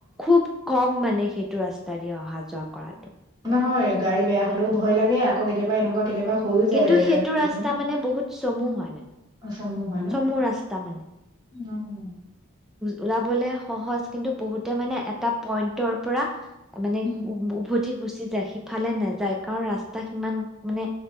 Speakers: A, in the centre; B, on the right (about 20°).
A: খুব কম ম মানে সেইটো ৰাস্তা দি অহা যোৱা কৰাত
B: হয় গাড়ী বেয়া হলেও ভয় লাগে আকৌ কেতিয়াবা এনেকুৱা কেতিয়াবা হৈও যায়
A: কিন্তু সেইটো
B: কিছুমান
A: ৰাস্তা মানে বহুত চমু হয় মানে
B: চমু হয় ন
A: চমু ৰাস্তা মানে
B: উম
A: ওলাবলে সহজ কিন্তু বহুতে মানে এটা পইন্টৰ পৰা। মানে
B: উম।
A: উ উভতি। গুচি যায় সিফালে নাযায় কাৰণ ৰাস্তা সিমান মানে